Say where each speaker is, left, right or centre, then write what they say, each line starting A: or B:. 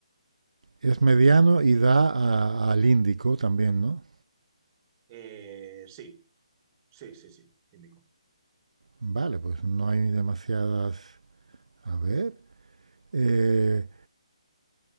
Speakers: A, on the right; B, on the right.
A: es mediano y da a- al Índico también, ¿no?
B: Eh, sí, sí, sí, sí, indico.
A: Vale, pues no hay demasiadas... A ver. Eh,